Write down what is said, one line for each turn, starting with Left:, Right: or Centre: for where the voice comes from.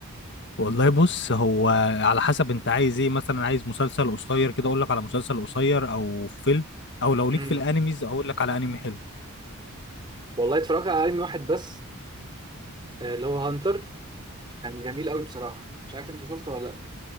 Left: والله بص هو على حسب انت عايز ايه مثلا عايز مسلسل قصير كده اقول لك على مسلسل قصير او فيلم او لو
Right: امم
Left: ليك في الانميز اقول لك على انمي حلو
Right: والله اتفرجت على انمي واحد بس آه، اللي هو هانتر كان جميل قوي بصراحه مش عارف انت شفته ولا لا